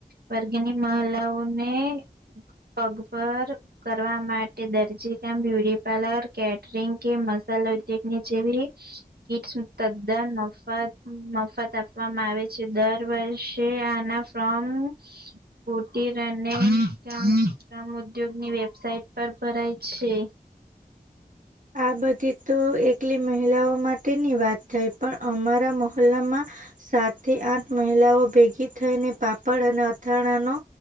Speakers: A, on the right; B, on the right.
A: વર્ગની મહલાઓને પગભર કરવા માટે દરજીકામ, બ્યુટીપાર્લર, કેટરિંગ કે મસાલા ઉદ્યોગની જેવી કીટસ તદ્દન મફત મફત આપવામાં આવે છે. દર વર્ષે આના ફોર્મ કુટિર અને ગ્રામ ઉદ્યોગની વેબસાઇટ પર ભરાય છે.
B: આ બધી તો એકલી મહિલાઓ માટેની વાત થઈ પણ અમારા મોંહલ્લામાં સાત થી આઠ મહિલાઓ ભેગી થઈને પાપડ અને અથાણાનો